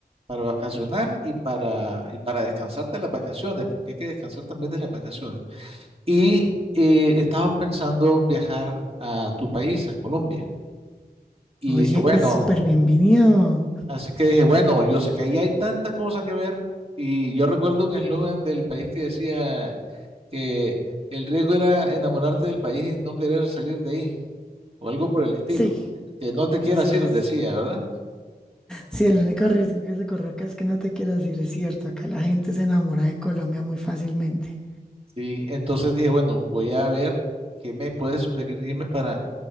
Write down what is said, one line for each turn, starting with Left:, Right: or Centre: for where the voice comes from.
Right: para vacacionar y para, y para descansar de las vacaciones, porque hay que descansar también de las vacaciones. Y eh, estaba pensando viajar a tu país, a Colombia. Y
Centre: Oye,
Right: dije, bueno,
Centre: pues súper bienvenido.
Right: así que dije, bueno, yo sé que ahí hay tanta cosa que ver. Y yo recuerdo un eslogan del país que decía que el riesgo era enamorarte del país y no querer salir de ahí, o algo por el estilo.
Centre: Sí,
Right: Que no te quieras
Centre: así
Right: ir,
Centre: es.
Right: decía, ¿verdad?
Centre: Sí, el único riesgo que se corre acá es que no te quieras ir, es cierto. Acá la gente se enamora de Colombia muy fácilmente.
Right: Sí, entonces dije, bueno, voy a ver qué me puede sugerir irme para